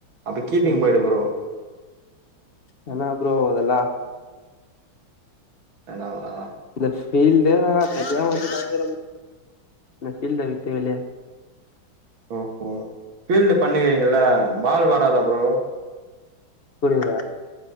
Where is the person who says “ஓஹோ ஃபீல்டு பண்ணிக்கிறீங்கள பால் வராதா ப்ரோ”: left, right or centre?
Right